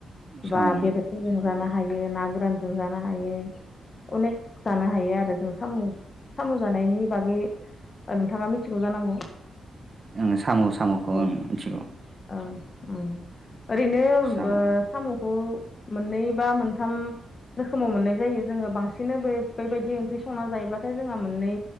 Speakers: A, on the right; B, on the left.
A: साम'
B: बा बेदरफोरजों जानो हायो ना गोरानजों जानो हायो अनेक जानो हायो आरो जों साम' साम' जानायनि बागै नोंथाङा मिथिगौ जानांगौ?
A: उम साम' साम'खौ
B: आरो
A: ओ मिथिगौ
B: ओं उम। ओरैनो
A: साम'
B: ओ साम'खौ मोननै बा मोनथाम रोखोमाव मोननाय जायो जोङो बांसिन बे बेबायदि ओंख्रि संना जायोब्लाथाय जोंहा मोननै